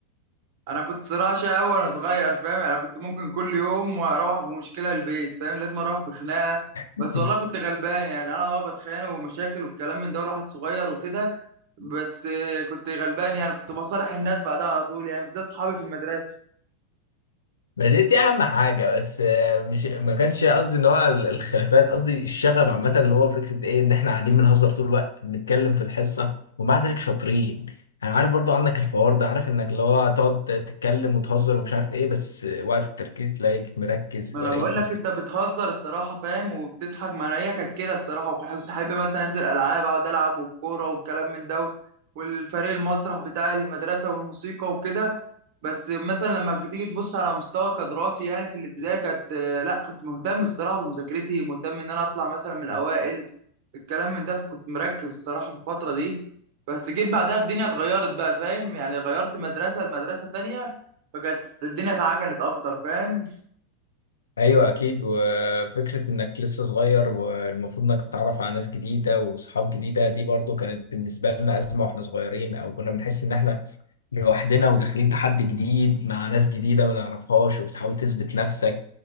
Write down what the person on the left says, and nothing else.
<laughs>
ما دي دي اهم حاجه بس آه، مش ما كانش قصدي ان هو ال- الخلافات قصدي الشغب عامه اللي هو فكره ايه ان احنا قاعدين بنهزر طول الوقت بنتكلم في الحصه ومع ذلك شاطرين انا عارف برضو عنك الحوار ده عارف انك اللي هو تقعد تتكلم وتهزر ومش عارف ايه بس وقت التركيز تلاقيك مركز
ولاقيك
ايوه اكيد وفكره انك لسه صغير والمفروض انك تتعرف على ناس جديده وصحاب جديده دي برضو كانت بالنسبه لنا ازمه واحنا صغيرين او كنا بنحس ان احنا لوحدنا وداخلين تحدي جديد مع ناس جديده ما نعرفهاش وبتحاول تثبت نفسك